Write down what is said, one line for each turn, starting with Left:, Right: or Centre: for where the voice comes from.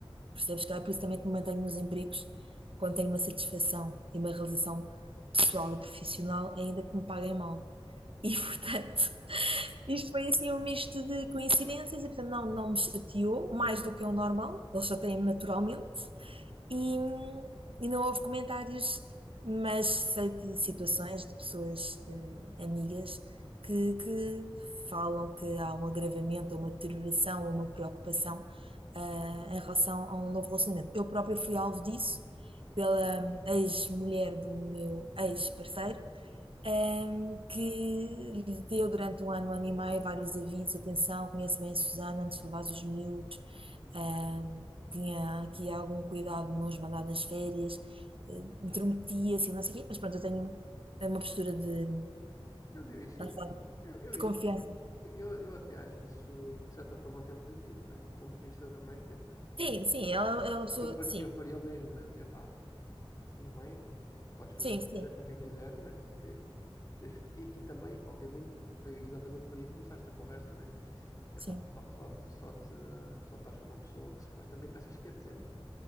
Right: Percebes? Que é por isso também que me mantenho nos empregos quando tenho uma satisfação e uma realização pessoal e profissional, ainda que me paguem mal. E <laughs> portanto, isto foi assim um misto de coincidências e portanto não, não me chateou mais do que é o normal, eles chateiam-me naturalmente, e, e não houve comentários, mas sei de situações de pessoas eh, amigas que, que falam que há um agravamento, ou uma deterioração, ou uma preocupação ah, em relação a um novo relacionamento. Eu própria fui alvo disso pela ex-mulher do meu ex-parceiro. ehm, que lhe deu durante um ano, um ano e meio, vários avisos, atenção, conhece bem a Susana antes de levar os miúdos, eh, tinha aqui algum cuidado de não os mandar nas férias, eh, intrometia-se e não sei o quê, mas pronto, eu tenho uma postura de,
Left: Mas eu isso,
Right: lá está,
Left: eu, eu
Right: de
Left: isso
Right: confiança.
Left: Eu, eu até acho isso, de certa forma, até positivo, né? Do ponto de vista da mãe, quer dizer,
Right: Sim, sim, ela é uma pessoa,
Left: eu faria,
Right: sim,
Left: eu faria o mesmo, né? Dizia, pá, tudo bem, tu podes fazer
Right: sim,
Left: o
Right: sim,
Left: que quiseres com quem quiseres, mas assim, te- tens que-" e, e também, obviamente, foi exatamente por aí que começaste a conversa, né? É
Right: sim.
Left: pá, só, só, te- só, te, só estás com uma pessoa que supostamente achas que é decente, né?